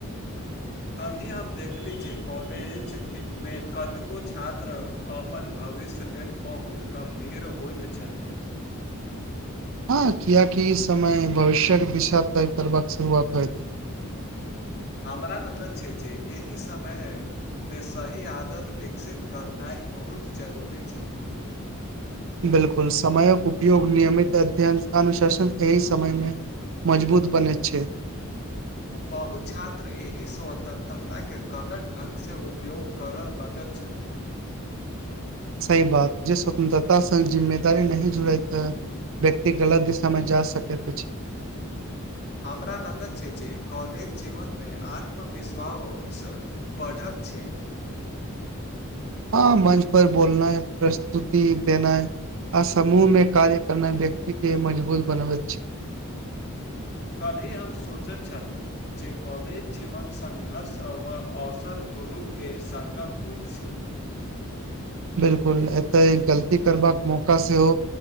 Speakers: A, on the left (about 50°); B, on the right (about 65°).
A: <inaudible> कल्हिये हम देखली जे कॉलेज मे कतेको छात्र अपन भव भविष्य लेल बहुत गंभीर होइत छथिन
B: हँ कियाकि ई समय भविष्यक दिशा तय करबाक शुरुआत होइछ
A: <inaudible> हमरा लगत छै जे एहि समयमे सही आदत विकसित करनाइ बहुत जरूरी छै
B: बिलकुल समयक उपयोग नियमित अध्ययन अनुशासन एहि समयमे मजबूत बनैत छै
A: बहुत छात्र एहि स्वतन्त्रताकेँ गलत ढंग सँ उपयोग करय लगैत छथि
B: सही बात जँ स्वतंत्रताक संग जिम्मेदारी नहि जुड़ैत व्यक्ति गलत दिशामे जा सकैत अछि
A: <inaudible> हमरा लगैत छै जे कॉलेज जीवनमे आत्मविश्वास उसा बढ़ैत छै
B: हँ मंच पर बोलनाइ प्रस्तुति देनाइ आ समूहमे कार्य करनाइ व्यक्तिकेँ मजबूत बनबैत छै
A: <inaudible> तभी हम सोचैत छलहुँ जे कॉलेज जीवन संघर्ष अवसर दुनू केँ संगम होइत छै
B: बिलकुल एतऽ एक गलती करबाक मौका सेहो